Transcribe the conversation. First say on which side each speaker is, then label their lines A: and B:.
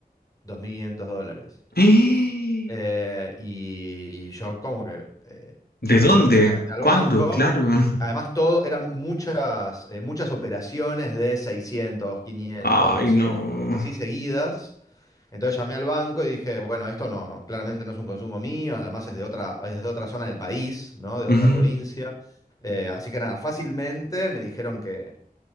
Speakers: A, on the left; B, on the left.
A: 2.500 dólares.
B: <gasps> ¡Eh!
A: Eh, y, y yo como que eh,
B: ¿De
A: llamé
B: dónde?
A: inmediatamente al
B: ¿Cuándo?
A: banco.
B: Claro. <laughs>
A: Además, todo eran muchas, eh, muchas operaciones de seiscientos quinientos
B: Ay,
A: doscientos
B: no.
A: así seguidas. Entonces llamé al banco y dije, bueno, esto no, no, claramente no es un consumo mío, además es de otra, es de otra zona del país, ¿no? De otra
B: Ujú,
A: provincia. Eh, así que nada, fácilmente me dijeron que